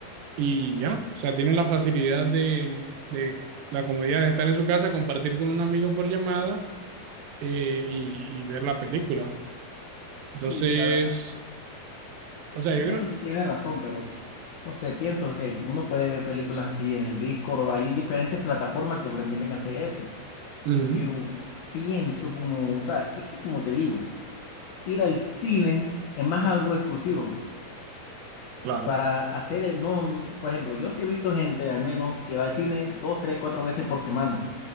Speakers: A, on the right; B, on the left.
A: y ya. O sea, tienen la facilidad de, de la comodidad de estar en su casa, compartir con un amigo por llamada eh, y, y ver la película. Entonces,
B: Y la verdad,
A: o sea,
B: en
A: yo
B: eso
A: creo.
B: sí tienes razón, pero no sé, pienso que uno puede ver películas así en el Discord o hay diferentes plataformas que permiten hacer eso,
A: Ujú,
B: pero pienso como, o sea, es que como te digo, ir al cine es más algo exclusivo.
A: claro.
B: para hacer, e, no, por ejemplo, yo sí he visto gente al menos que va al cine dos, tres, cuatro veces por semana,